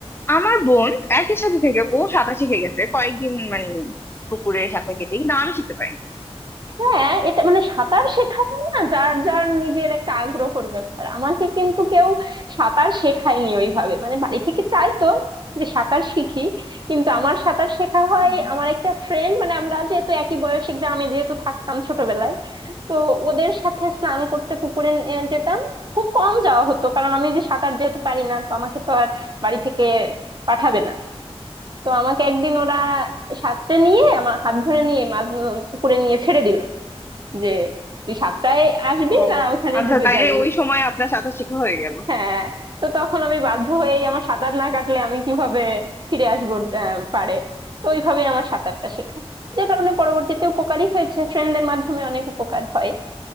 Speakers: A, on the left (about 20°); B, on the right (about 45°).
A: আমার বোন একই সাথে থেকে ও সাঁতার শিখে গেছে কয়েকদিন মানে পুকুরে সাঁতার কেটে কিন্তু আমি শিখতে পারিনি
B: হ্যাঁ এটা মানে সাঁতার শেখাটা না যার যার নিজের একটা আগ্রহের ব্যাপার আমাকে কিন্তু কেউ সাঁতার শেখায়নি ওইভাবে মানে বাড়ি থেকে চাইতো যে সাঁতার শিখি কিন্তু আমার সাঁতার শেখা হয়
A: হুম।
B: আমার একটা ফ্রেন্ড মানে আমরা যেহেতু একই বয়সে গ্রামে যেহেতু থাকতাম ছোটবেলায় তো ওদের সাথে স্নান করতে পুকুরে আহ, যেতাম খুব কম যাওয়া হতো কারণ আমি যে সাঁতার যেহেতু পারি না তো আমাকে তো আর বাড়ি থেকে পাঠাবে না তো আমাকে একদিন ওরা সাঁতরে নিয়ে আমার হাত ধরে নিয়ে মাঝ পুকুরে নিয়ে ছেড়ে দিল যে তুই সাতটায় আসবি
A: ও
B: না ওখানে
A: আচ্ছা
B: ডুবে
A: তাইলে
B: যাবি
A: ওই সময় আপনার সাঁতার শেখা হয়ে গেল
B: হ্যাঁ তো তখন আমি বাধ্য হয়েই আমার সাঁতার না কাটলে আমি কিভাবে ফিরে আসবো আহ, পারে তো ওইভাবে আমার সাঁতারটা শেখা যে কারণে পরবর্তীতে উপকারী হয়েছে ফ্রেন্ডদের মাধ্যমে অনেক উপকার হয়